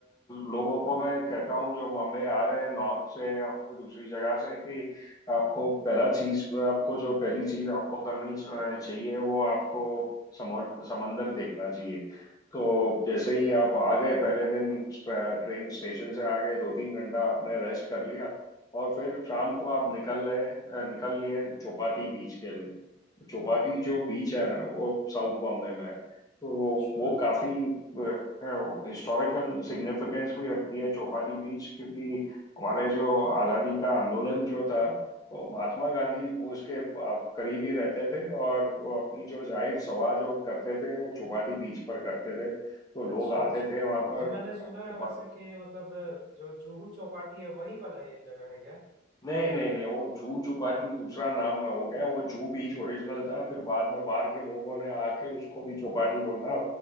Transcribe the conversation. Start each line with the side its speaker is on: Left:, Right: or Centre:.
Left: लोगों को मैं कहता हूँ जो बॉम्बे आ रहे हैं नॉर्थ से या फिर दूसरी जगह से कि आपको पहला चीज आपको जो पहली चीज आपको करनी च- चाहिए वो आपको समर समंदर देखना चाहिए तो जैसे ही आप आ गए पहले दिन ट्रे- ट्रेन स्टेशन से आ गए दो तीन घंटा आपने रेस्ट कर लिया और फिर शाम को आप निकल रहे अ, निकल लिए चौपाटी बीच के लिए चौपाटी जो बीच है ना वो साउथ बॉम्बे में है तो वो
Right: अच्छा
Left: वो काफी हिस्टोरिकल सिग्निफिकेंस भी रखती है चौपाटी बीच क्योंकि हमारे जो आज़ादी का आंदोलन जो था वो महात्मा गांधी उसके करीब ही रहते थे और वो अपनी जो जाहिर सभा जो करते थे वो चौपाटी बीच पर करते थे तो
Right: अच्छा
Left: लोग आते
Right: अच्छा
Left: थे वहां पर
Right: तो मैंने सुना
Left: चौपाटी
Right: है वैसे कि मतलब जो जूहू चौपाटी है वही वाला ये जगह है क्या
Left: नहीं नहीं नहीं वो जू चौपाटी दूसरा नाम हो गया वो जू बीच ओरिजिनल था फिर बाद में बाहर के लोगों ने आके उसको भी चौपाटी बोलना